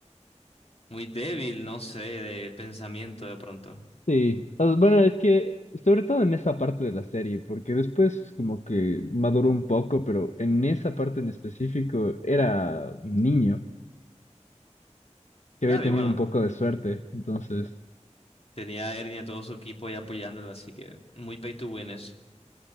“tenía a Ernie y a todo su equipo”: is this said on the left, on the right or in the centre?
Left